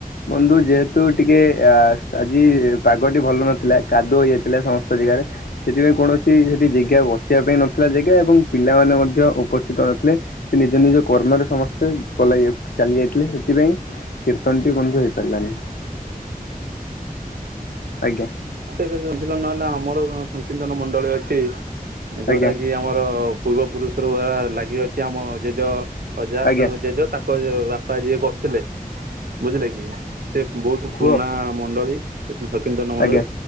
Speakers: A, on the left; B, on the right.
A: ବନ୍ଧୁ ଯେହେତୁ ଟିକେ ଆ ଆଜି ପା ଗଟି ଭଲ ନଥିଲା କାଦୁଅ ହେଇଯାଇଥିଲା ସମସ୍ତ ଜାଗାରେ ସେଥିପାଇଁ କୌଣସି ସେଠି ଜେଗା ବସିବା ପାଇଁ ନଥିଲା ଯେ ଯେ ଏବଂ ପିଲାମାନେ ମଧ୍ୟ ଉପସ୍ଥିତ ନଥିଲେ ସେ ନିଜ ନିଜ କର୍ମରେ ସମସ୍ ସ୍ତେ ପଲାଇ ଚାଲି ଯାଇଥିଲେ ସେଥିପାଇଁ କୀର୍ତ୍ତନଟି ବନ୍ଧୁ ହେଇପାରିଲାନି। ଆଜ୍ଞା
B: ପ୍ରତେସେସନ ଦିନ ନହେଲେ ଆମର ସଂକୀର୍ତ୍ତନ ମଣ୍ଡଳୀ ଅଛି।
A: ଆଜ୍ଞା
B: ଯୋଉଟା କି ଆମର ପୂର୍ବ ପୁରୁଷ ରୁ ଆ ଲାଗି ରଅଛି ଆମ ଜେଜ ଅଜା
A: ଆଜ୍ଞା
B: ତ ଜେଜେ ତାଙ୍କ ବାପା ଯିଏ କରୁଥିଲେ ବୁଝିଲେ କି? ସେ ବହୁତ ପୁରଣା
A: କୁହ
B: ମଣ୍ଡଳୀ କୀର୍ତନ ସଂକୀର୍ତନ ମଣ୍ଡଳୀ।
A: ଆଜ୍ଞା